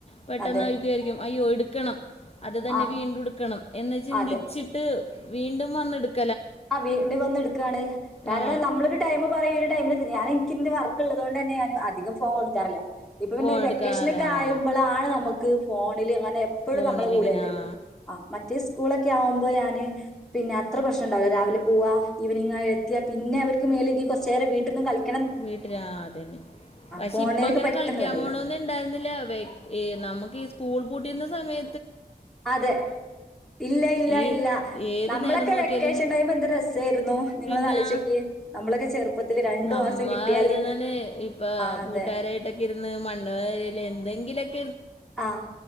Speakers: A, on the left; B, in the centre.
A: പെട്ടന്ന്
B: അതെ
A: അവരൊക്കെ വിചാരിക്കും അയ്യോ എടുക്കണം അത് തന്നെ
B: ആ
A: വീണ്ടും ഇട്ക്കണം എന്ന് ചിന്തിച്ചിട്ട്
B: അതെ
A: വീണ്ടും വന്ന് എടുക്ക
B: ആ വീട്ടീന്ന് വന്ന് എടുക്കയാണ് കാരണം
A: ആ
B: നമ്മോളൊരുടൈം പറയും ഈ ടൈമിൽ ക്കി ഇന്ന് വർക്ക്‌ ഉള്ളത് കൊണ്ടു തന്നെ ഞാൻ അധികം ഫോം കൊടുക്കാറില്ല ഇപ്പോപ്പിന്നെ
A: ഫോൺ എടുക്കാതെ
B: വെക്കേഷനൊക്കെ
A: ആ
B: ആയിമ്പളാണ് നമുക്ക് ഫോണില് മാനെപ്പോഴും
A: ഫോണിലിങ്ങനെ
B: നമ്മുടെ കൂടെയല്ലേ
A: ആ,
B: ആ മറ്റേ സ്കൂളൊക്കെ ആവുമ്പോ ഞാന് പിന്നെ അത്ര പ്രശ്ന ണ്ടാവില്ല രാവിലെ പോകുക. ഈവെനിംഗ് ആയ എത്തിയാ പിന്നെ അവര്ക്ക് മേലേക്ക് കുറച്ചു നേരം വീട്ടിന്നും കളിക്ക
A: വീട്ടിൽ ആ അത് തന്നെ പക്ഷെ
B: ഫോണിലേക്ക്
A: ഇപ്പൊ അങ്ങനെ
B: പെട്ടെന്ന്
A: കളിക്കാൻ
B: വരൂല
A: പോണംന്ന് ഉണ്ടായിരുന്നില്ല വ്യഗ് ഏ നമുക്ക് ഈ സ്കൂൾ കുട്ടി യിക്കുന്ന സമയ
B: അതെ ഇല്ല ഇല്ല
A: ഈ
B: ഇല്ല
A: ഏത്
B: നമ്മളൊക്കെ
A: നേരം നോക്കിയാലും
B: വെ ക്‌ക്കേഷൻ ടൈം എന്ത് രസായിരുന്നു നിങ്ങളൊന്ന്
A: പിന്നെ
B: ആലോചിച്ചു നോക്കിക്കേ നമ്മളൊക്കെ ചെറുപ്പത്തിൽ രണ്ടു
A: നമ്മായിരുന്നലെ
B: മാസം കിട്ടിയാല്
A: ഇപ്പൊ
B: ആഹ്
A: കൂട്ടു
B: അതെ
A: കാരായിട്ടൊക്കെ ഇരുന്നു മണ്ണ് വാരി എന്തെങ്കിലും ഒക്കെ
B: ആ